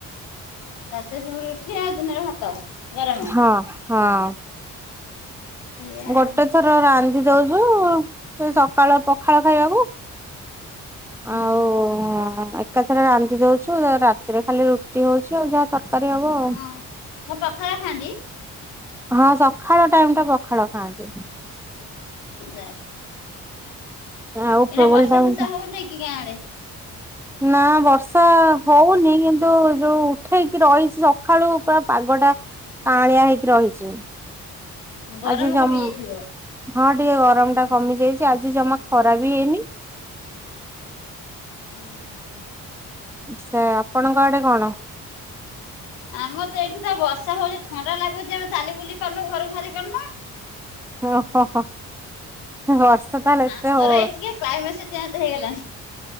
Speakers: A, on the left (about 80°); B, in the centre.
A: ରାତିରେ ସବୁ ରୁଟି ଆଉ ଦିନରେ ଭାତ। ଗରମ
B: ହଁ ହଁ।
A: ସେଇଆ
B: ଗୋଟେ
A: ଆଉ
B: ଥର ରାନ୍ଧି ଦଉଚୁ ସେ ସକାଳ ପଖାଳ ଖାଇବାକୁ।
A: ହୁଁ
B: ଆଉ ଏକାଥରେ ରାନ୍ଧି ଦଉଚୁ ରାତିରେ ଖାଲି ରୁଟି ହଉଚି ଆଉ ଯାହା ତରକାରୀ ହବ
A: ହଁ।
B: ଆଉ।
A: ସବୁ ପଖାଳ ଖାଆନ୍ତି।
B: ହଁ ସଖାଳ ଟାଇମ ଟା ପଖାଳ ଖାଆନ୍ତି।
A: ନା।
B: ଆଉ
A: ଏଇନା
B: ପ୍ରବଳ
A: ବର୍ଷା
B: ଟାଇମ
A: ଫସା
B: ଟା
A: ହଉନାଇ କି ଗାଁ ଆଡେ?
B: ନା ବର୍ଷା ହଉନି କିନ୍ତୁ ଯୋଉ ଉଠେଇକି ରହିଛି ସକାଳୁ ପୁରା ପାଗଟା କାଆଁଳିଆ ହେଇକି ରହିଛି
A: ଗରମ
B: ଆଜି ଜମ୍
A: କମି ଯାଇଥିବ।
B: ହଁ ଟିକେ ଗରମ ଟା କମି ଯାଇଚି ଆଜି ଜମା ଖରା ବି ହେଇନି।
A: ହୁଁ ହୁଁ।
B: ସେ ଆପଣଙ୍କ ଆଡେ କଣ?
A: ଆମର ତ ଏଇଠି ତ ବର୍ଷ ହଉଛି ଥଣ୍ଡା ଲାଗୁଚି ଆମେ ଚାଲି ବୁଲି ପାରୁନୁ ଘରୁ ବାହାରି ପାରୁନୁ।
B: ଓ ହୋ ହୋ ଏ ବର୍ଷା ତାହେଲେ ଏତେ
A: ଆମର
B: ହଉ
A: ଏଠିକା କ୍ଲାଇମେସେ ଚେଞ୍ଜ ହେଇଗଲାଣି।